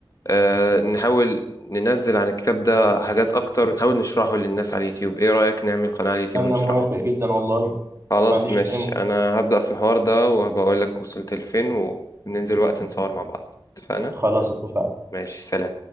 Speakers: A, on the left; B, on the right.
A: آه، نحاول ننزل عن الكتاب ده حاجات اكتر ونحاول نشرحه للناس على اليوتيوب ايه رأيك نعمل قناة على اليوتيوب
B: انا
A: ونشرحه
B: موافق جدا والله
A: خلاص
B: ما عنديش
A: ماشي
B: اي مشكله
A: انا هبدأ في الحوار ده وهبقول لك وصلت لفين وننزل وقت نصور مع بعض اتفقنا
B: خلاص اتفقنا
A: ماشي سلام